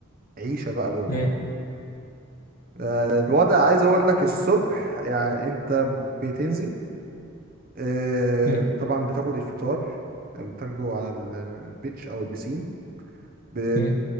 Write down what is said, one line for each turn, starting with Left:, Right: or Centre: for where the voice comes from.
Right: عيشة بقى جوه
Left: مم،
Right: آه، الوضع عايز اقول لك الصبح يعني انت بتنزل آه،
Left: مم،
Right: طبعا بتاخد الفطار يعني بتاخده على البيتش او البسين ب...
Left: مم.